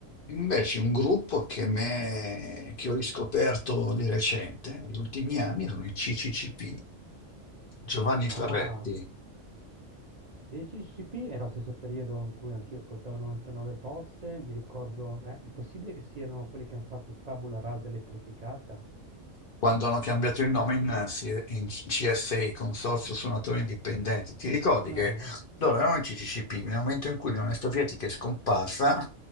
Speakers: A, on the left; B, on the right.
A: Invece un gruppo che, me- che ho riscoperto di recente, negli ultimi anni, sono i CCCP, Giovanni
B: Ah,
A: Ferretti.
B: Dei CCP era lo stesso periodo in cui anch'io ascoltavo 99 Posse, mi ricordo, eh, è possibile che siano quelli che hanno fatto Tabula Rasa elettrificata?
A: quando hanno cambiato il nome in, eh, in CSI, Consorzio Suonatori Indipendenti. Ti ricordi
B: Ah,
A: che
B: eh.
A: loro erano in CCCP, nel momento in cui l'Unione Sovietica è scomparsa,